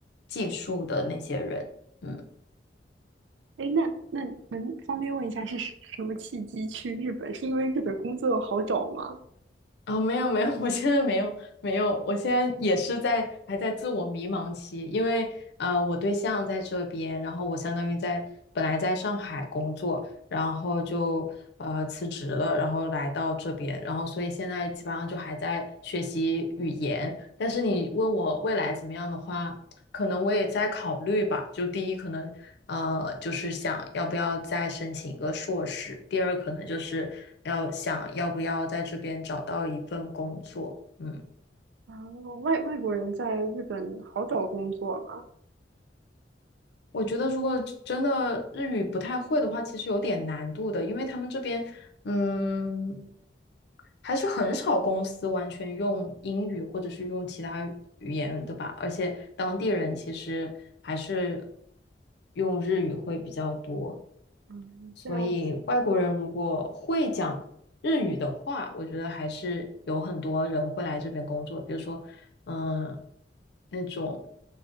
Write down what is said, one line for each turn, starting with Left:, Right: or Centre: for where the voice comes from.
Left: 技术的那些人，嗯。
Right: 哎，那那能方便问一下是什什么契机去日本？是因为日本工作好找吗？
Left: 啊、没有没有，<laughs> 我现在没有没有，我现在也是在还在自我迷茫期，因为呃，我对象在这边，然后我相当于在本来在上海工作，然后就呃辞职了，然后来到这边，然后所以现在基本上就还在学习语言。但是你问我未来怎么样的话，可能我也在考虑吧。就第一，可能呃，就是想要不要再申请一个硕士；第二，可能就是要想要不要在这边找到一份工作。嗯，
Right: 啊，外外国人在日本好找工作吗？
Left: 我觉得如果真的日语不太会的话，其实有点难度的，因为他们这边嗯还是很少公司完全用英语或者是用其他语语言的吧，而且当地人其实还是用日语会比较多。
Right: 嗯，
Left: 所以外国人如果会讲日语的话，
Right: 这样子。
Left: 我觉得还是有很多人会来这边工作。比如说，嗯，那种